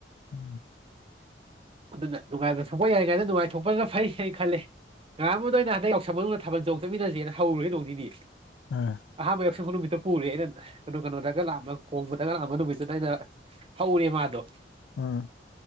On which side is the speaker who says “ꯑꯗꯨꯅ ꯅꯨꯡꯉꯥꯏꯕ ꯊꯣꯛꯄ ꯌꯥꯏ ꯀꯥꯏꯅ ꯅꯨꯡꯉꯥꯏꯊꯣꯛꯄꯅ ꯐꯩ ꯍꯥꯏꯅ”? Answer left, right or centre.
Right